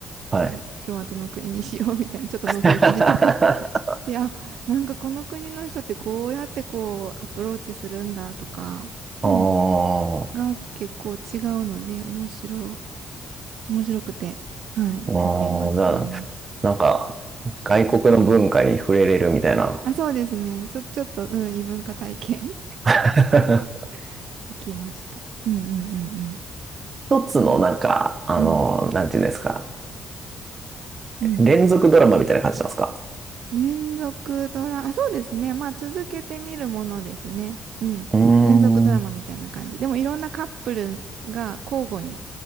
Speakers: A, on the right; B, on the right.
A: はい。
B: ん今日はどの国にしようみたいな、ちょっと覗いたりとか
A: <laughs> あ
B: <laughs> して、あ、なんかこの国の人ってこうやってこうアプローチするんだとか、
A: あ、
B: うんが結構違うので、面白い、面白くて、はい、
A: ああ、
B: 見てますね。
A: じゃあ、なんか、外国の文化に触れれるみたいな。
B: あ、そうですね。ちょ、ちょっと、うん、異文化体験
A: <laughs>
B: <laughs> できました。うんうんうんうん。
A: 一つのなんか、
B: はい。
A: あの、
B: うん。
A: なんていうんですか。
B: うん。
A: 連続ドラマみたいな感じなんですか
B: 連続ドラ、あ、そうですね。まあ、続けてみるものですね。うん。
A: うー
B: 連続ドラマみたいな感じ。
A: ん。
B: でも、いろんなカップルが交互に